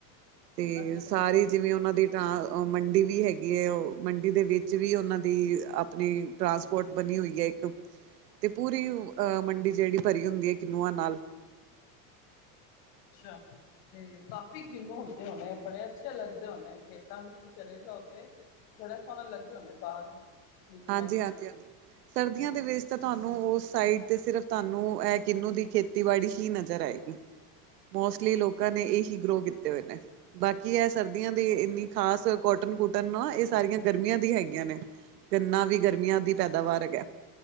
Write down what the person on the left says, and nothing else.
ਅੱਛਾ
ਅੱਛਾ, ਤੇ ਕਾਫ਼ੀ ਕਿਨੂੰ ਹੁੰਦੇ ਹੋਣੇ- ਬੜੇ ਅੱਛੇ ਲੱਗਦੇ ਹੋਣੇ ਖੇਤਾਂ ਵਿੱਚ ਵੀ ਚਲੇ ਜਾ ਉਹ ਤੇ ਬੜਾ ਸੋਹਣਾ ਲੱਗਦੇ ਹੋਨੇ ਬਾਗ ਕਿਨੂੰਆਂ
ਦੇ
ਅੱਛਾ